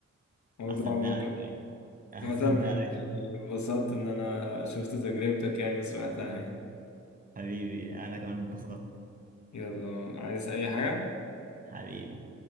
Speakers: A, on the left; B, on the right.
A: موضوع
B: هصدقك
A: برضه
B: هصدقك
A: عامة يعني
B: <laughs>
A: اتبسطت ان انا شفت تجربتك يعني وسمعتها يعني
B: حبيبي أنا كمان اتبسطت
A: يلا عايز اي حاجة؟
B: حبيبي